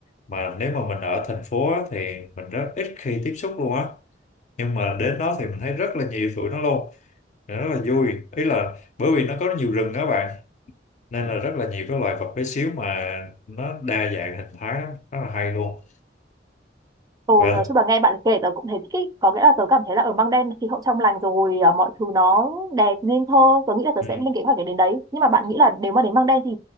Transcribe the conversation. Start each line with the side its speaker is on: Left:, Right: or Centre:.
Left: mà nếu mà mình ở thành phố á, thì mình rất ít khi tiếp xúc luôn á nhưng mà đến đó thì mình thấy rất là nhiều tụi nó luôn rất là vui ý là bởi vì nó có nhiều rừng á bạn nên là rất là nhiều cái loài vật bé xíu mà nó đa dạng hình thái lắm rất là hay luôn
Right: Ừ,
Left: và
Right: nói chung là nghe bạn kể tớ cũng thấy thích ý. Có nghĩa là tớ cảm thấy là ở Măng Đen khí hậu trong lành rồi à, mọi thứ nó đẹp nên thơ. Tớ nghĩ là tớ
Left: ừ.
Right: sẽ lên kế hoạch để đến đấy. Nhưng mà bạn nghĩ là nếu mà đến Măng Đen thì